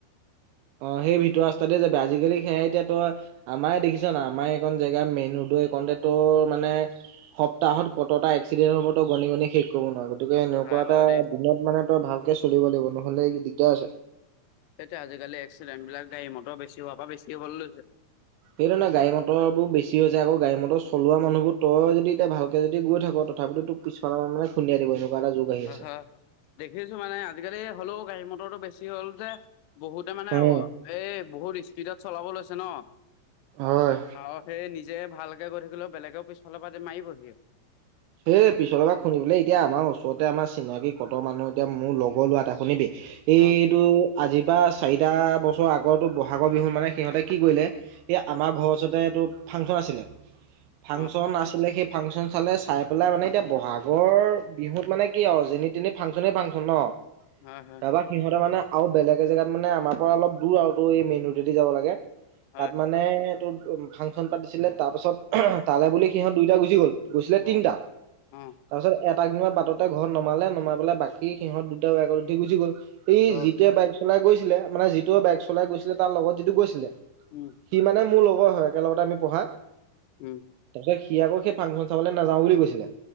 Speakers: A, on the right; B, on the left.
A: <inaudible> অ সেই ভিতৰ ৰাস্তাতে যাব আজিকালি সেয়াই এতিয়া তই আমাৰ দেখিছ নাই আমাৰ এখন জেগা মেইন ৰোড মানে সপ্তাহত কতটা এক্সিডেন্ট হ'ব তো গণি গণি শেষ কৰিব নোৱাৰ গতিকে এনেকুৱা
B: হয়
A: এটা
B: বাৰু দেই
A: দিনত মানে তই ভালকে চলিব লাগিব নহ'লে দিগদাৰ আছে।
B: তেতিয়া আজিকালি এক্সিডেণ্ট বিলাক গাড়ী মটৰ বেছি হোৱা পা বেছি হ'বলৈ লৈছে।
A: সেইধৰণে গাড়ী মটৰ বোৰ বেছি হৈছে আকৌ গাড়ী মটৰবোৰ চলোৱামানুহবোৰ তই যদি এতিয়া ভালকে যদি গৈ থাক তথাপিতো তোক পিছফালৰ মানে খুন্দয়াই দিব। এটা যুগ আহি আছে।
B: অ হয় দেখিছো মানে আজিকালি হ'লেও গাড়ী মটৰটো বেছি হ'ল যে বহুতে মানে
A: উম,
B: এই বহুত স্পীডত চলাব লৈছে ন।
A: হয়।
B: আৰু সেই নিজ যে ভালকে গৈ থাকিলেও বেলেগেও পিছফালৰ পৰা মাৰিবহি
A: এ পিছৰ পৰা শুনিবলৈ এতিয়া আমাৰ ওচৰতে আমাৰ চিনাকি কট মানুহ এতিয়া মোৰ লগৰ লোৱা এটা শুনিবি
B: অ
A: এইটো আজিৰ পৰা চাৰিটা বছৰ আগ আটো বহাগৰ বিহু মানে সিহঁতে কি কৰিলে এই আমাৰ ঘৰৰ ওচৰতে এইটো ফাংচন আছিলে, ফাংচন
B: অ
A: আছিলে সেই ফাংচন চালে চাই পেলাই মানে এতিয়া বহাগৰ বিহুত মানে কি আৰু যেন তেনি ফাংচনে ফাংচন ন।
B: হয় হয়
A: তাৰপৰা সিহতেৰ মানে আৰু বেলেগ এ জেগাত মানে আমাৰ পৰা অলপ দূৰ আৰু এই মেইন ৰদে দি যাব লাগে।
B: হয়
A: তাত মানে তটো ফাংচন পাতিছিলে। তাৰ পিছত তালৈ বুলি সিহঁত দুইটা গুচি গ'ল গৈছিলে
B: অ
A: তিনটা
B: অ
A: তাৰ পিছত এ আ বাটতে ঘৰত নমালে নমাই পেলাই বাকী সিহঁত দুটটা ত উঠি গুচি গ'ল এই
B: অ
A: যিটোৱে বাইক চলাই গৈছিলে মানে যিটো বাইক চলাই গৈছিলে তাৰ লগত যিটো গৈছিলে।
B: উম
A: সি মানে মোৰ লগৰ হয় একেলগতে আমি পঢ়া তাৰ
B: উম
A: পিচত সি আকৌ সেই ফাংচন চাবলে নাযাও বুলি কৈছিলে।